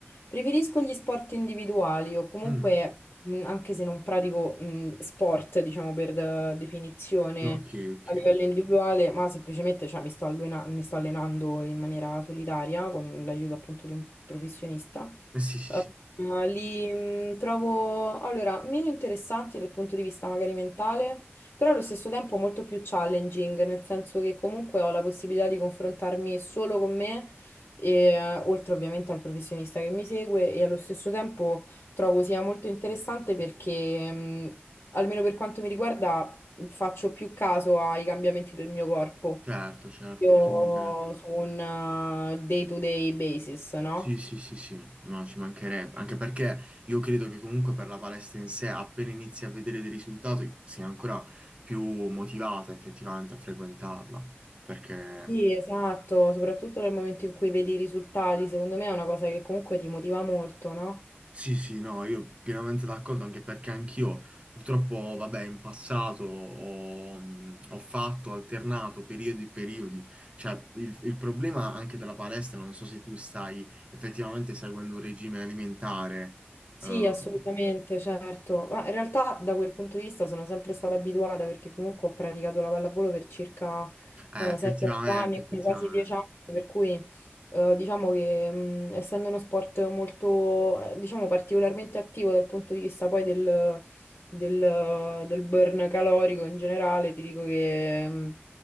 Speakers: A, on the left; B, on the right.
A: Preferisco gli sport individuali o comunque,
B: Mm,
A: mh, anche se non pratico, mh, sport, diciamo per eh, definizione
B: Ok, ok.
A: a livello
B: Eh,
A: individuale, ma semplicemente cioè, mi sto allena- mi sto allenando in maniera solitaria con l'aiuto appunto di un professionista.
B: sì, sì,
A: Eh,
B: sì.
A: li mh, trovo allora meno interessanti dal punto di vista magari mentale, però allo stesso tempo molto più challenging, nel senso che comunque ho la possibilità di confrontarmi solo con me, e, oltre ovviamente al professionista che mi segue, e allo stesso tempo trovo sia molto interessante perché, mh, almeno per quanto mi riguarda, faccio più caso ai cambiamenti del mio corpo.
B: Certo, certo.
A: Io
B: diciamo che-
A: su un eh, day to day basis, no?
B: Sì, sì, sì, sì, no, ci mancherebbe, anche perché io credo che comunque per la palestra in sé, appena inizi a vedere dei risultati, sia ancora più motivata effettivamente a frequentarla, perché
A: Sì, esatto, soprattutto nel momento in cui vedi i risultati, secondo me è una cosa che comunque ti motiva molto, no?
B: sì, sì, no, io pienamente d'accordo, anche perché anch'io purtroppo, vabbè, in passato ho, ho fatto, alternato periodi e periodi, cioè il, il problema anche della palestra, non so se tu stai effettivamente seguendo un regime alimentare, ehm,
A: Sì, assolutamente, certo. Ma in realtà da quel punto di vista sono sempre stata abituata perché comunque ho praticato la pallavolo per circa
B: Eh,
A: 7-8
B: effettivamente,
A: anni,
B: effettivamente.
A: quindi quasi 10 anni, per cui eh, diciamo che mh, essendo uno sport molto, eh, diciamo, particolarmente attivo dal punto di vista poi del, del- del burn calorico in generale, ti dico che mh,